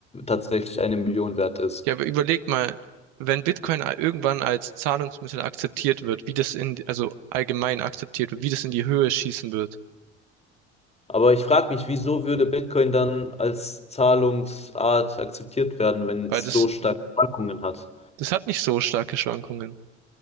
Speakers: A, on the left; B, on the right.
A: tatsächlich eine Million wert ist.
B: Ja, aber überleg mal, wenn Bitcoin a- irgendwann als Zahlungsmittel akzeptiert wird, wie das in, also allgemein akzeptiert wird, wie das in die Höhe schießen wird.
A: Aber ich frage mich, wieso würde Bitcoin dann als Zahlungsart akzeptiert werden, wenn
B: Weil
A: es
B: das,
A: so starke Schwankungen hat?
B: das hat nicht so starke Schwankungen.